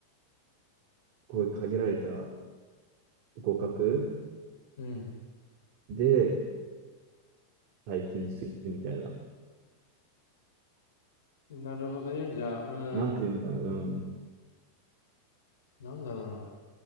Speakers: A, on the right; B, on the left.
A: こういう限られた互角
B: うん。
A: で体験するみたいな。
B: なるほどね。じゃあ、うん。
A: なんていうのかな。うん。
B: なんだろうな。